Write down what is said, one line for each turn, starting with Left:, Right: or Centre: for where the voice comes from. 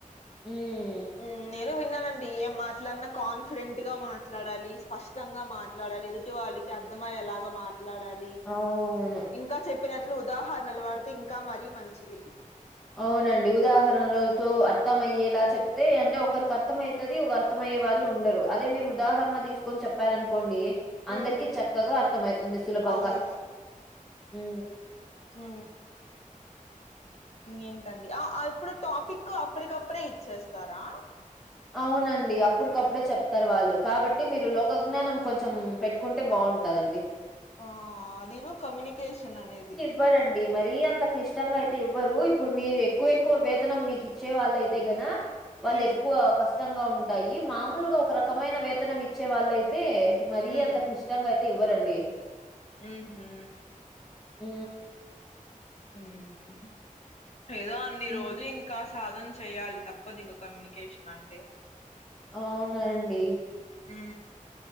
Centre: ఊమ్
Left: ఉమ్ నేనూ విన్నానండి ఏం మా ట్లన్నా కాన్ఫిడెంట్ గా మాట్లాడాలి స్పష్టంగా మాట్లాడాలి ఎదుటి వాళ్ళికి అర్థమయ్యేలాగా మా ట్లాడాలి
Centre: అవును
Left: ఇంకా చెప్పినట్లు ఉదాహరణలు వాడితే ఇంకా మరీ మంచిది
Centre: అవునండి ఉదాహరణలతో అర్థం అయ్యేలా చెప్తే అంటే ఒకరికి అర్తమై తది ఒక అర్థమయ్యే వాళ్ళు ఉండరు అదే మీరు ఉదాహరణ తీసుకొని చెప్పారనుకోండి అందరికీ
Left: ఉమ్
Centre: చక్కగా అర్థమైతుంది సులభంగా
Left: అవును
Centre: ఊ
Left: ఊ ఇంకేంటండి ఆ ఇప్పుడు టాపిక్ అప్పడికప్పుడే ఇచ్చేస్తారా
Centre: అవునండి అప్పుటికప్పుడే చెప్తారు వాళ్ళు కాబట్టి మీరు లోకజ్ఞానం కొంచెం పెట్టుకుంటే బావుంటాదండి
Left: ఆ అదీనూ కమ్యూనికేషన్ అనేది
Centre: వ్వరండి మరీ అంత క్లిష్టంగా అయితే ఇవ్వరు ఇప్పుడు మీరు ఎక్కువ ఎక్కువ వేతనం మీకి చ్చే వాళ్ళు అయితే గన వాళ్ళే
Left: ఉమ్
Centre: ఓ కష్టంగా ఉంటాయి మామూలుగా ఒక రకమైన వేతనం ఇచ్చేవాళ్ళు అయితే మరీ
Left: ఉమ్
Centre: అంత క్లిష్ టంగా అయితే ఇవ్వరండి
Left: ఊహూ
Centre: ఊ
Left: ఊమ్ ఏదో అండి
Centre: హ్మ్.
Left: రోజూ ఇం కా సాధన చెయ్యాలి తప్పదు ఇంక కమ్యూనికేషన్ అంటే
Centre: అవునండి
Left: ఊ